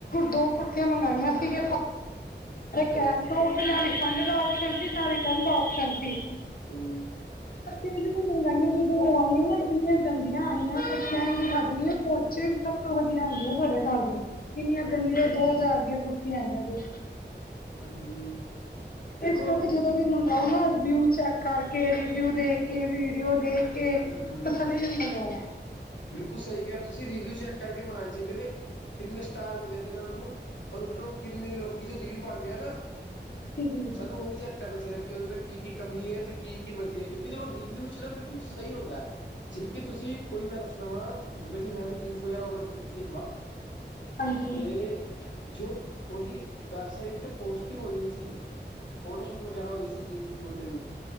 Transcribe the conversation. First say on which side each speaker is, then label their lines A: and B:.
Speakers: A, on the left; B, on the left.
A: ਦੋ ਕੁਰਤੀਆਂ ਮੰਗਾਈਆ ਸੀਗੀ
B: ਹਾਂਜੀ
A: ਕੈ ਤੋਂ, ਨਾ ਰਿਫੰਡ ਦਾ ਆਪਸ਼ਨ ਸੀ। ਨਾ ਰਿਟਰਨ ਦਾ ਆਪਸ਼ਨ ਸੀ।
B: ਹਮ
A: ਪਰ ਵੀ ਮੈਂ ਮੰਗਾਈਆਂ ਜਦੋਂ ਉਹ ਆਈਆਂ ਨਾ ਇੰਨੀਆਂ ਗੰਦੀਆਂ ਆਈਆਂ, ਕੁਛ ਕਹਿਣ ਦੀ ਹੱਦ ਨੀ ਪੋਚੇ ਵੀ ਸਭ ਤੋਂ ਵਧੀਆ ਆਉਦੇ ਉਹ ਤੁਹਾਡੇ ਘਰਦੇ, ਕਿੰਨੀਆਂ
B: ਹਾਂਜੀ,
A: ਗੰਦੀਆਂ ਦੋ ਹਜ਼ਾਰ ਦੀਆਂ ਆਇਆ ਫਿਰ
B: ਹਾਂਜੀ ਦੇਖੋ
A: ਇਸ ਕਰ ਤੇ ਜਦੋਂ ਵੀ ਮੰਗਵਾਓ ਨਾ, ਰਿਵਿਊ ਚੈੱਕ ਕਰਕੇ, ਰਿਵਿਊ ਦੇ ਕੇ ਕਿ ਵੀਡੀਓ ਦੇਖ ਕੇ,
B: ਹੂੰ,
A: ਤਸਲੀ ਨਾਲ ਮੰਗਵਾਇਆ
B: ਬਿਲਕੁਲ ਸਹੀ ਕਿਹਾ, ਤੁਸੀਂ ਰਿਵਿਊ ਚੈੱਕ ਕਰਕੇ ਮੰਗਵਾਉਣੇ ਚਾਹੀਦੇ ਨੇ ਕਿੰਨੇ ਸਟਾਰ ਮਿਲੇ ਦੇ ਨੇ ਉਹਨੂੰ, ਔਰ ਕਿੰਨੇ ਲੋਕੀ 'ਚ ਰਿਵਿਊ ਪਾਉਂਦੇ ਆ ਨਾ।
A: ਸੀਗੀ।
B: ਸਾਨੂੰ ਉਹ ਵੀ ਚੈੱਕ ਕਰਨਾ ਚਾਹੀਦਾ ਕਿ ਉਹ ਕੀ-ਕੀ ਕਮੀ ਹੈ ਤੇ ਕੀ-ਕੀ ਵਧੀਆ ਹੈ, ਕਿਉਂਕਿ ਉਹ ਰਿਵਿਊ 'ਚ ਨਾ ਬ। ਔ ਸਹੀ ਹੁੰਦਾ, ਜਿਵੇਂ ਕਿ, ਤੁਸੀਂ ਕੋਈ ਵੀੇ ਬਸ ਜਿੱਵੇ ਕਿ, ਮੈਂ ਤੇ ਜੀਨਸ ਵਗੈਰਾ ਓਡਰ ਕੀਤੀ ਸੀ ਇੱਕ ਬਾਰ
A: ਹਾਂਜੀ
B: ਤੇ, ਜੋ ਉਹਦੀ ਵੈਬਸਾਈਟ ਤੇ ਪੋਸਟਿੰਗ ਹੋਈ ਹੋਈ ਸੀ। ਫੋਟੋ ਸ਼ੂਟ ਵਗੈਰਾ ਹੋਈ ਸੀ ਜੀਨਸ ਦੀ ਮੁੰਡੇ ਦੀ।